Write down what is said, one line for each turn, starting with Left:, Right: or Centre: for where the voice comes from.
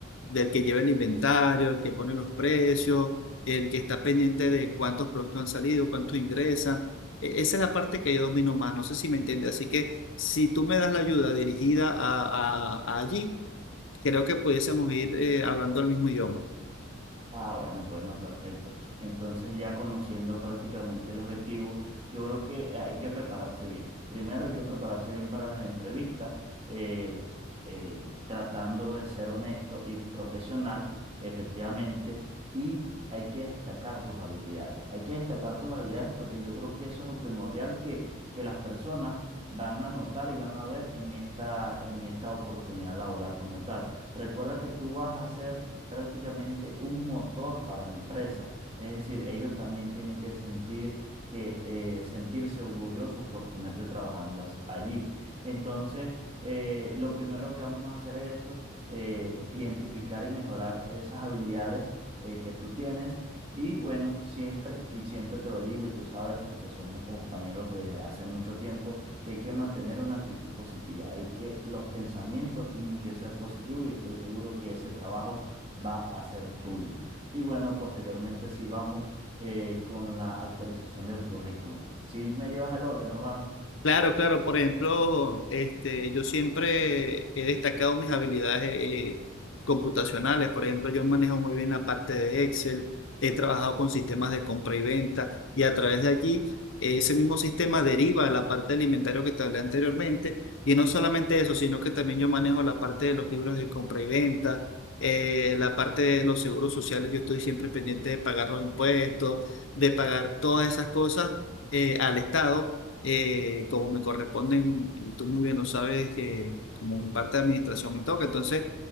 Left: del que lleva el inventario, el que pone los precios, el que está pendiente de cuántos productos han salido, cuántos ingresan. E- Esa es la parte que yo domino más, no sé si me entiende. Así que si tú me das la ayuda dirigida a, a- a allí, creo que pudiésemos ir eh, hablando el mismo idioma.
Right: Ah, bueno, pues no, perfecto. Entonces, ya conociendo prácticamente el objetivo, yo creo que hay que prepararse bien. Primero hay que prepararse bien para las entrevistas, eh, eh, tratando de ser honesto y profesional, efectivamente, y hay que destacar tus habilidades. Hay que destacar tus habilidades porque yo creo que eso es lo primordial que, que las personas van a notar y van a ver en esta, en esta oportunidad laboral como tal. Recuerda que tú vas a ser prácticamente un motor para la empresa. Es decir, ellos también tienen que sentir que eh, sentirse orgulloso por tenerte trabajando as- allí. Entonces, eh, lo primero que vamos a hacer es eso, eh, identificar y mejorar esas habilidades eh, que tú tienes. Y bueno, siempre y siempre te lo digo y tú sabes porque somos compañeros desde hace mucho tiempo que hay que mantener una actitud positiva, hay que los pensamientos tienen que ser positivos y estoy seguro que ese trabajo va a ser tuyo. Y bueno, posteriormente sí vamos eh, con la actualización del currículum. Si me llevas el orden, hermano?
Left: Claro, claro. Por ejemplo, este, yo siempre he destacado mis habilidades eh, computacionales. Por ejemplo, yo manejo muy bien la parte de Excel, he trabajado con sistemas de compra y venta y a través de allí eh, ese mismo sistema deriva a la parte del inventario que te hablé anteriormente. Y no solamente eso, sino que también yo manejo la parte de los libros de compra y venta, eh, la parte de los seguros sociales. Yo estoy siempre pendiente de pagar los impuestos, de pagar todas esas cosas eh, al Estado eh, como me corresponden, y tú muy bien lo sabes, que como mi parte de administración me toca. Entonces,